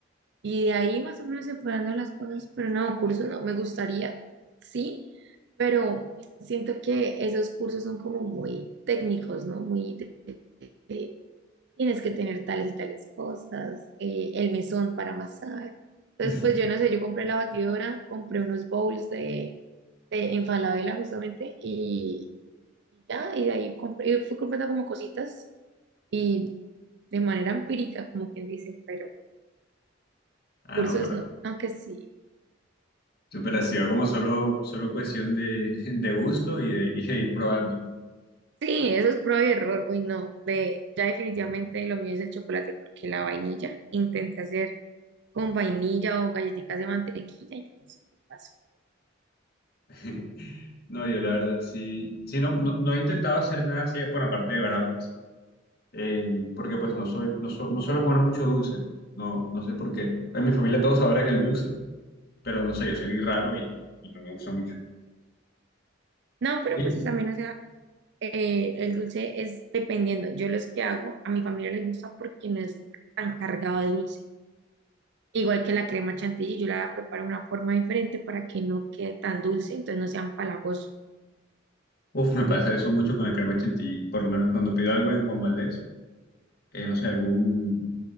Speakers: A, on the right; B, on the left.
A: y de ahí más o menos se fueron dando las cosas, pero no, cursos no, me gustaría, sí, pero siento que esos cursos son como muy técnicos, ¿no? Muy de- de- tienes que tener tales y tales cosas, eh, el mesón para amasar. Entonces,
B: <laughs>
A: pues yo no sé, yo compré la batidora, compré unos bowls de, de en Falabella justamente y, y ya, y de ahí compré, y fui comprando como cositas y de manera empírica, como quien dice, pero
B: Ah,
A: cursos
B: no, pero,
A: no, aunque sí.
B: pero ha sido como solo, solo cuestión de, <laughs> de gusto y de, y de ir probando.
A: Sí, eso es prueba y error, uy no, de, ya definitivamente lo mío es el chocolate porque la vainilla, intenté hacer con vainilla o galletitas de mantequilla y yo no sé qué pasó.
B: <laughs> No, yo la verdad sí, sí no, no, no he intentado hacer nada así, bueno, aparte de brownies, eh, porque pues no soy, no, so- no suelo comer mucho dulce, no, no sé por qué. En mi familia todos adoran el dulce, pero no sé, yo salí raro y, y no me gusta mucho.
A: No, pero
B: Sí.
A: pues eso también eh, el dulce es dependiendo. Yo los que hago, a mi familia les gusta porque no es tan cargado de dulce. Igual que la crema chantilly, yo la preparo de una forma diferente para que no quede tan dulce, entonces no sean palagosos.
B: Uf, me pasa eso mucho con el crema chantilly, por lo menos cuando pido algo en Juan Valdez, eh, no sé, algún